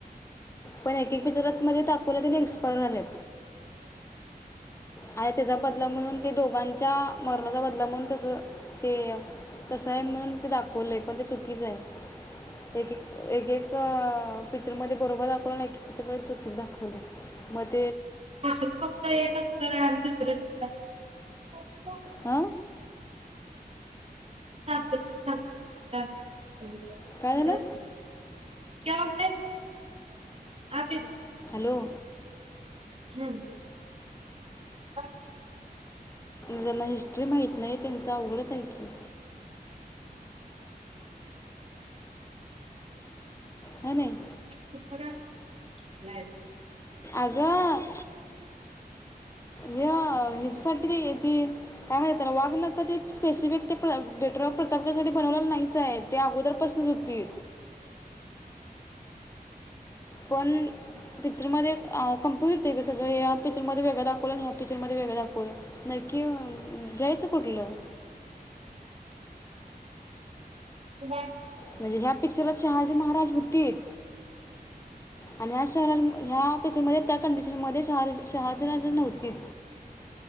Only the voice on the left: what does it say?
पण एक एक पिक्चरात मध्ये दाखवलं एक्सपायर झाले आणि त्याचा बदला म्हणून, ते दोघांच्या मरणाचा बदला म्हणून तस ते तस आहे म्हणून ते दाखवलंय पण ते चुकीच आहे एक एक एक एक पिक्चरांमध्ये बरोबर दाखवलय पण एकेक पिक्चर मदे चुकीच दाखवलय मद
आ
काय झालं
हॅलो
ज्यांना हिस्ट्री माहित नाही त्याचं अवघडच आहे की है नाही
अगं य यांच्यासाठी ती काय माहित त्याला वागण कधी स्पेसिफिक ते बेटरॉ प्रतापसाठी बनवलेलं नाहीच हाय ते अगोदर पासूनच होती. पण पिक्चरमध्ये आ कनफ्युज होतंय ग सगळं या पिक्चरमध्ये वेगळं दाखवलं ह्या पिक्चर मध्ये वेगळं दाखवल. नक्की येवून घ्यायचं. फुटलं
म्हणजे ह्या पिक्चरात शहाजी महाराज होतीत आणि कारण ह्या पिक्चरमधे त्या कंडीशन पिक्चर मध्ये शहा शहाजीराजे नव्हतीत.